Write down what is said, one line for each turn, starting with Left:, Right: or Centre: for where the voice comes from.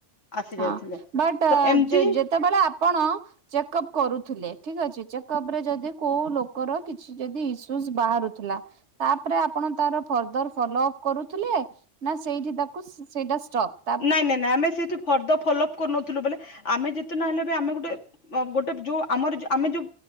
Left: ଆସି ଯାଉଥିଲେ
Right: ହଁ ବଟ୍
Left: ତ ଏମିତି
Right: ଯଯ
Left: ହିଁ
Right: ଯେତେବେଳେ ଆପଣ ଚେକ ଅପ କରୁଥିଲେ ଠିକ ଅଛି ଚେକଅପ ରେ ଯଦି କୋଉ ଲୋକର କିଛି ଯଦି ଇସୁସ୍ ବାହରୁଥିଲା। ତାପରେ ଆପଣ ତାର ଫର୍ଦର ଫଲୋଅପ କରୁଥିଲେ ନା ସେଇଠି ତାକୁ ସେଇଟା ଷ୍ଟପ।
Left: ନାଇଁ ନାଇଁ ନାଇଁ ଆମେ ସେଇଠି ଫର୍ଦର ଫଲୋଅପ କରୁନଥିଲୁ ବୋଲେ ଆମେ ଯେତେ ନହଲେ ବି ଆମେ ଗୋଟେ ଗୋଟେ ଯୋଉ ଆମର ଯ ଆମେ ଯୋଉ